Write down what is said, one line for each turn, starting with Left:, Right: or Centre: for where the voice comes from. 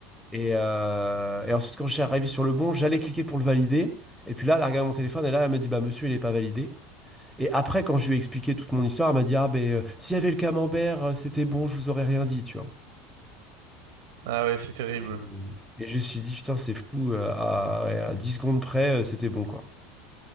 Centre: et, euh, et ensuite quand j'ai arrivé sur le bon, j'allais cliquer pour le valider. Et puis là, elle a regardé mon téléphone et là, elle me dit, bah monsieur, il n'est pas validé. Et après, quand je lui ai expliqué toute mon histoire, elle m'a dit, ah ben euh, s'il y avait le camembert, euh, c'était bon, je vous aurais rien dit, tu vois.
Right: Ah ouais, c'est terrible.
Centre: Et, et je me suis dit, putain, c'est fou, euh, à, ouais, à 10 secondes près, euh, c'était bon, quoi.